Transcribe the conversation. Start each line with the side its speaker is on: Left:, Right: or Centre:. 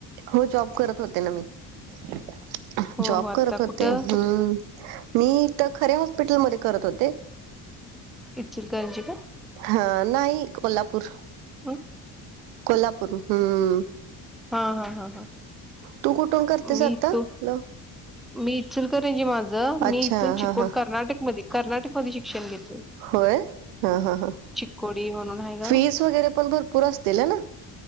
Right: हो जॉब करत होते ना मी जॉब
Centre: हो, हो. आता
Right: करत होते
Centre: कुठं?
Right: हम्म. मी तर खऱ्या हॉस्पिटलमध्ये करत होते.
Centre: इचलकरची का?
Right: हा नाही कोल्हापूर
Centre: हं.
Right: कोल्हापूर हम्म.
Centre: हां, हां, हां, हां.
Right: तू कुठून करतेस
Centre: मी
Right: आता
Centre: इथून
Right: ल
Centre: मी इचुलकरणजे माझं
Right: अच्छा
Centre: मी इथून चिकण
Right: हा हा
Centre: कर्नाटक म कर्नाटक मध्ये शिक्षण घेतोय.
Right: होय हा ह ह
Centre: चिकोडी म्हणून आहे गाव
Right: फीज वगैरे पण भरपूर असतील ना.